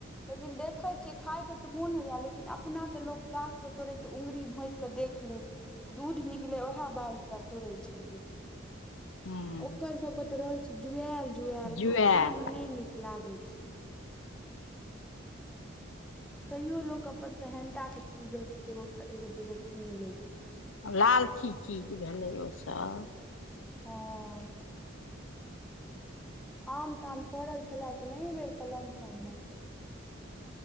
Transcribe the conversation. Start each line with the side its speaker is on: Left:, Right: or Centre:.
Centre: लेकिन देखे छ खाय के तऽ मोन होइया लेकिन अपना तऽ लोक गाछ त तोड़ैत उंगरी भोंक के देख ले दूध निकले उएह बालटा तोड़े छलियै
Left: हूँ
Centre: आ ओकर सबके तऽ रहै छै जुआल जुआएल
Left: जुआएल
Centre: तऽ ओ खाय में नइ नीक लागै छै तैयो लोक अपन सेहनता के चीज रहै छै तऽ एगो एगो दूगो कीन ले
Left: लालची चीज भेलै ओ सब
Centre: हँ आम ताम फड़ल छलए कि नइ बेर कलमसब में